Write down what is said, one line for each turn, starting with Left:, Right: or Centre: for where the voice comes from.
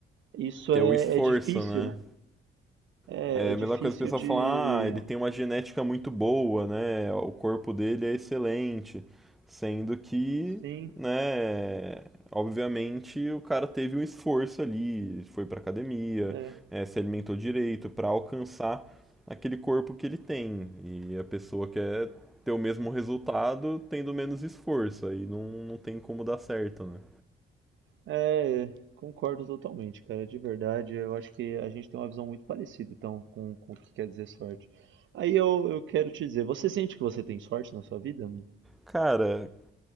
Right: Isso
Centre: ter
Right: é,
Centre: o esforço,
Right: é difícil,
Centre: né?
Right: é,
Centre: É
Right: é
Centre: a
Right: difícil
Centre: mesma coisa que o pessoal
Right: de...
Centre: fala, ah, ele tem uma genética muito boa, né? O corpo dele é excelente. Sendo que,
Right: Sim,
Centre: né, obviamente o cara teve um esforço ali, foi pra academia,
Right: é,
Centre: eh, se alimentou direito pra alcançar aquele corpo que ele tem. E a pessoa quer ter o mesmo resultado tendo menos esforço, aí não, não tem como dar certo, né?
Right: É, concordo totalmente, cara, de verdade. Eu acho que a gente tem uma visão muito parecida, então, com, com o que quer dizer sorte. Aí eu, eu quero te dizer, você sente que você tem sorte na sua vida? mano?
Centre: Cara,